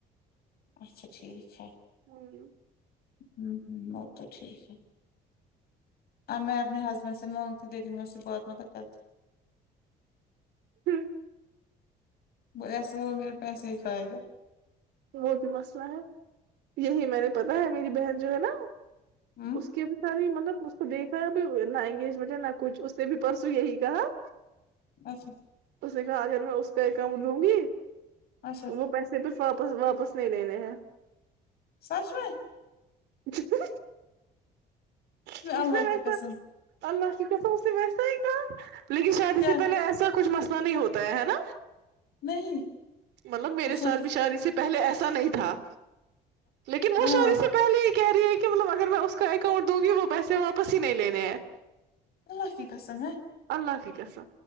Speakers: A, on the left; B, on the right.
A: اچھا ٹھیک ہے
B: ہوں
A: ہوں ہوں وہ تو ٹھیک ہے اب میں اپنے ہسبینڈ سے مانگتی لیکن میں اس سے بہت متل کرتی
B: ہوں
A: وہ ایسا ہے وہ میرے پیسے ہی کھائے گا
B: وہ بھی مسئلہ ہے یہی میں نے پتا ہے میری بہن جو ہے نا
A: ہوں
B: اس کی بھی ساری مطلب تو دیکھا ہے اب نہ انگیجمنٹ ہے نہ کچھ اس نے بھی پرسوں یہی کہا
A: اچھا
B: اس نے کہا اگر میں اس کا اکاؤنٹ دوں گی تو
A: اچھا
B: وہ پیسے پہ فاپ واپس واپس نہیں ل لینے ہیں
A: سچ میں
B: <inaudible>
A: میں
B: اس
A: اللہ
B: نے ویسا
A: کی قسم
B: اللہ کی پسا اس نے ویسا ہی کام لیکن شادی
A: کیا
B: سے پہلے ایسا کچھ مسئلہ نہیں ہوتا ہے ہے نا
A: نہیں
B: مطلب میرے
A: تم
B: ساتھ
A: سوچ
B: بھی شادی اس سے پہلے ایسا نہیں تھا لیکن وہ
A: ہاں
B: شادی سے پہلے ہی کہہ رہی ہے کہ مطلب اگر میں اس کا اکاؤنٹ دوں گی وہ پیسے واپس ہی نہیں لینے ہیں
A: اللہ کی قسم ہیں
B: اللہ کی قسم